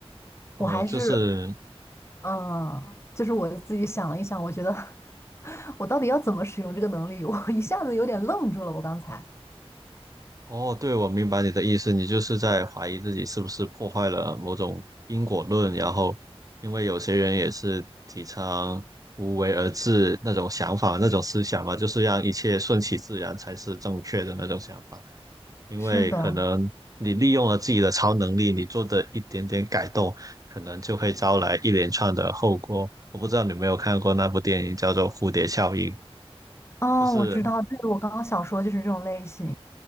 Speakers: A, on the right; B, on the left.
A: 哦，
B: 我还是，
A: 就是，
B: 嗯，就是我自己想了一想，我觉得。我到底要怎么使用这个能力？<laughs> 我一下子有点愣住了，我刚才。
A: 哦，对，我明白你的意思，你就是在怀疑自己是不是破坏了某种因果论，然后因为有些人也是提倡无为而治那种想法、那种思想嘛，就是让一切顺其自然才是正确的那种想法。因为可能你利用了自己的超能力，
B: 是的，
A: 你做的一点点改动，可能就会招来一连串的后果。我不知道你有没有看过那部电影，叫做《蝴蝶效应》，
B: 哦，
A: 就是
B: 我知道，对，我刚刚想说就是这种类型。